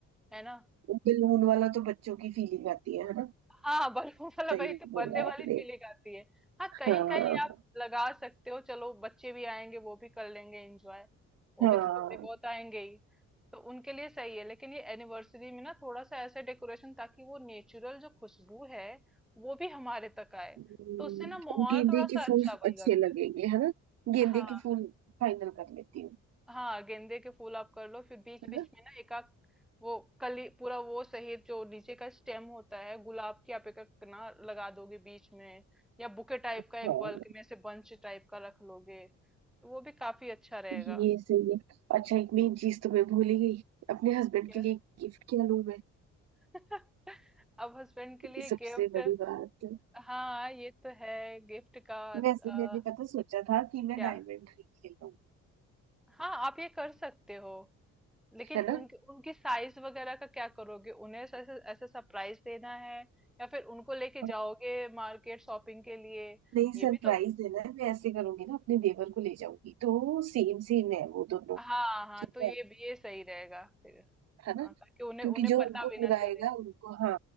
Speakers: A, in the centre; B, on the right.
A: है ना?
B: बलून वाला तो बच्चों की फीलिंग आती है है ना
A: हाँ बलून वाला
B: सही
A: वही तो
B: बोला
A: बर्थडे वाली
B: आपने
A: फीलिंग आती है हाँ
B: हाँ
A: कहीं कहीं आप लगा सकते हो चलो बच्चे भी आएंगे वो भी कर लेंगे एंजॉय वो
B: हाँ
A: भी तो थोड़े बहुत आएंगे ही तो उनके लिए सही है लेकिन ये एनिवर्सरी में ना थोड़ा सा ऐसे डेकोरेशन ताकि वो नेचुरल जो खुशबू है वो भी हमारे तक आए
B: हम्म,
A: तो उससे ना माहौल
B: गेंदे
A: थोड़ा सा
B: के
A: अच्छा
B: फूल
A: बन
B: अच्छे
A: जाता
B: लगेंगे
A: है
B: है ना गेंदे
A: हाँ
B: के फूल फाइनल कर लेती हूँ
A: हाँ गेंदे के फूल आप कर लो फिर बीच
B: है
A: बीच
B: ना।
A: में ना एक आध वो कली पूरा वो सहित जो नीचे का स्टेम होता है गुलाब की आप एक एक ना लगा दोगे बीच में या बुके टाइप
B: हाँ
A: का एक बल्क में से बंच टाइप का रख लोगे तो वो भी काफी अच्छा रहेगा
B: ये सही है अच्छा एक मेन चीज तो मैं भूल ही गई अपने हस्बैंड
A: क्या
B: के लिए गिफ्ट क्या लूं मैं
A: <laughs> अब हस्बैंड के
B: ये
A: लिए
B: सबसे
A: गिफ्ट
B: बड़ी बात है।
A: हाँ ये तो है गिफ्ट का अ,
B: वैसे मैंने पता सोचा था कि मैं
A: क्या
B: डायमंड रिंग ले लूं
A: हाँ आप ये कर सकते हो लेकिन
B: है ना
A: उनके उनकी साइज वगैरह का क्या करोगे उन्हें ऐसे ऐसे सरप्राइज देना है या फिर उनको लेके
B: और
A: जाओगे मार्केट शॉपिंग के लिए
B: नहीं
A: ये
B: सरप्राइज
A: भी तो
B: देना है मैं ऐसे करूंगी ना अपने देवर को ले जाऊंगी तो सेम सेम है वो दोनों
A: हाँ
B: ठीक
A: हाँ तो ये
B: है
A: भी ये सही रहेगा फिर
B: है ना
A: हाँ ताकि उन्हें
B: क्योंकि
A: उन्हें
B: जो
A: पता
B: उनको
A: भी
B: बुलाएगा
A: ना चले
B: उनको हाँ